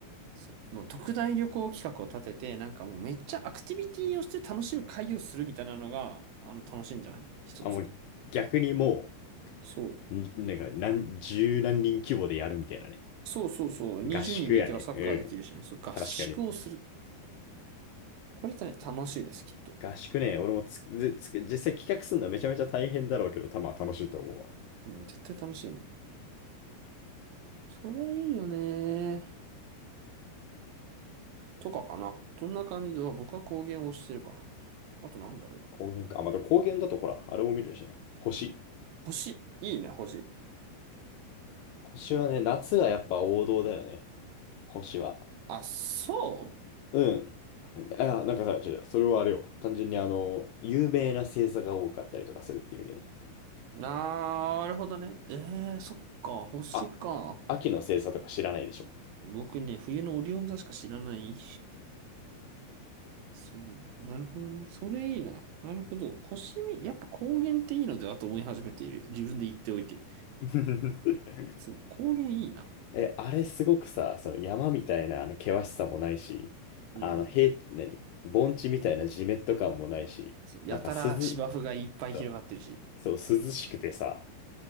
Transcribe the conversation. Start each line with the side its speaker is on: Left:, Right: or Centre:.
Right: そもう特大旅行企画を立てて、なんかもうめっちゃアクティビティをして楽しむ会をするみたいなのが、あの、楽しいんじゃない一つ。
Left: あ、もう逆にも
Right: そう。
Left: う、になんか何、十何人規模でやるみたいなね。
Right: そうそうそう。20人で行けばサッカーできるしね。
Left: 合宿やね。うん。
Right: そう、合宿をする。
Left: 確かに。
Right: これね、楽しいです、きっと。
Left: 合宿ね、俺もつぜつ実際企画するのはめちゃめちゃ大変だろうけど、多分楽しいと思うわ。
Right: うん、絶対楽しいもん。それいいよね。とかかな。どんな感じで、僕は工芸を推してるかな。あとなんだろう。
Left: 高原か。あ、また高原だとほら、あれも見れるしね。星。
Right: 星。いいね、星。
Left: 星はね、夏はやっぱ王道だよね。星は。
Right: あ、そ
Left: うん。あ、なんかさ、違う違う、それはあれよ。単純にあの、有名な星座が多かったりとかするって意味でね。
Right: うなるほどね。ええー、そっか、星か。
Left: あ、秋の星座とか知らないでしょ。
Right: 僕ね、冬のオリオン座しか知らない。そう、なるほどね。それいいな。なるほど。星見、やっぱ高原っていいのではと思い始めている。自分で言っておいて。
Left: <laughs>
Right: そう、高原いいな。
Left: え、あれすごくさ、その山みたいなあの険しさもないし、
Right: うん。
Left: あの平、何盆地みたいなジメッと感もないし、
Right: そう、やたら芝生がいっぱい広がってるし。
Left: なんか涼、そう、そう涼しくてさ、